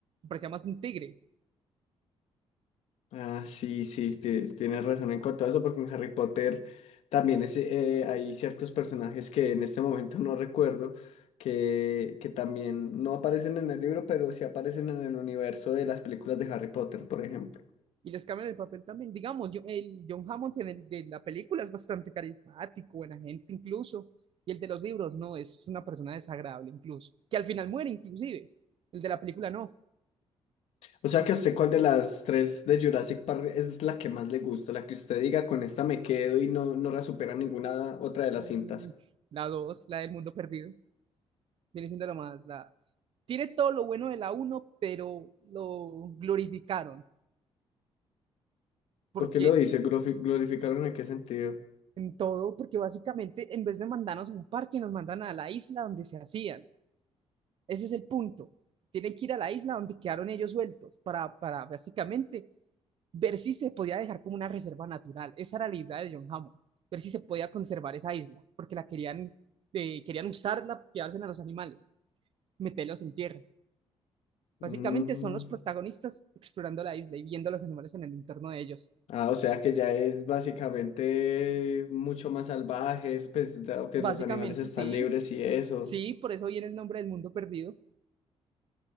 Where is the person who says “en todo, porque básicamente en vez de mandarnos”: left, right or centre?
Right